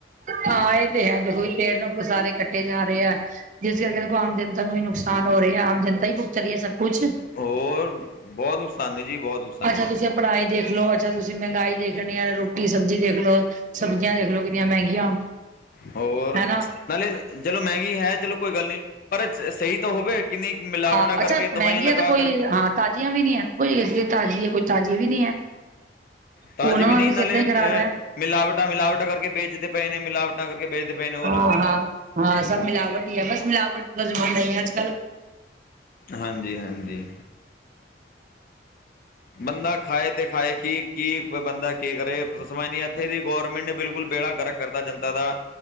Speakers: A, on the right; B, on the left.
A: ਹਾਂ ਇਹ ਤੇ ਹੈ ਦੇਖੋ ਵੀ ਤੇਲ ਨੂੰ ਸਾਰੇ ਕੱਟੇ ਜਾ ਰਏ ਆ ਜਿਸ ਕਰਕੇ ਦੇਖੋ ਆਮ ਜਨਤਾ ਨੂੰ ਵੀ ਨੁਕਸਾਨ ਹੋ ਰਿਆ ਹੈ ਆਮ ਜਨਤਾ ਵੀ ਪੁੁਗਤ ਰਈ ਏ ਸਭ ਕੁਛ
B: ਹੋਰ ਬਹੁਤ ਨੁਕਸਾਨ ਨੇ ਜੀ ਬਹੁਤ ਨੁਕਸਾਨ
A: ਅੱਛਾ
B: ਇਹਦਾ
A: ਤੁਸੀਂ ਪੜ੍ਹਾਈ ਦੇਖਲੋ ਅੱਛਾ ਤੁਸੀਂ ਤੁਸੀਂ ਮਹਿੰਗਾਈ ਦੇਖਣੀ ਆ ਰੋਟੀ ਸਬਜ਼ੀ ਦੇਖ ਲੋੋ ਸਬਜ਼ੀਆਂ ਦੇਖ ਲਓ ਕਿੰਨੀਆਂ ਮਹਿੰਗੀਆਂ
B: ਹੋਰ
A: ਹਨਾ
B: ਨਾਲੇ ਚਲੋ ਮਹਿੰਗੀ ਹੈ ਚਲੋ ਕੋਈ ਗੱਲ ਨੀ ਪਰ ਸਈ ਤਾ ਹੋਵੇ। ਕਿੰਨੀ ਮਿਲਾਵਟਾਂ
A: ਹਾਂ
B: ਕਰਕੇ
A: ਅੱਛਾ
B: ਦਵਾਈਆਂ
A: ਮਹਿੰਗੀਆਂ
B: ਲਗਾ
A: ਤਾਂ ਕੋਈ
B: ਕਰਕੇ
A: ਹਾਂ ਤਾਜ਼ੀਆਂ ਵੀ ਨਈ ਹੈ ਕੁਝ ਇਸ ਤਾਜ਼ੀ ਹੈ ਕੋਈ ਤਾਜ਼ੀ ਵੀ ਨਈ ਹੈ।
B: ਤਾਜੇ
A: ਉਹਨਾਂ
B: ਵੀ
A: ਨਾਲ
B: ਨਈ ਨਾਲੇ
A: ਸਿਹਤਾਂ ਹੀ
B: ਅਹ
A: ਖ਼ਰਾਬ ਹੈ
B: ਮਿਲਾਵਟਾਂ- ਮਿਲਾਵਟਾਂ ਕਰਕੇ ਵੇਚਤੇ ਪਏ ਨੇ ਮਿਲਾਵਟ ਵਟਾਂ ਕਰਕੇੇ ਬੇਚਦੇ ਪਏ ਨੇ। ਉਹ
A: ਹਾਂ-ਹਾਂ-ਹਾਂ
B: ਲੋਕੀ
A: ਸਭ ਮਿਲਾਵਟ ਈ ਹੈ ਬਸ ਮਿਲਾਵਟ ਦਾ ਜ਼ਮਾਨਾ ਹੀ ਹੈ ਅੱਜ ਕੱਲ
B: ਹਾਂਜੀ-ਹਾਂਜੀ ਬੰਦਾ ਖਾਏ ਤੇ ਖਾਏ ਕੀ-ਕੀ ਬੰਦਾ ਕੀ ਕਰੇ ਸਮਝ ਨਈ ਆ। ਇੱਥੇ ਦੀ ਗੌਰਮੈਂਟ ਨੇ ਬਿਲਕੁਲ ਬੇੜਾ ਗਰਕ ਕਰਤਾ ਜਨਤਾ ਦਾ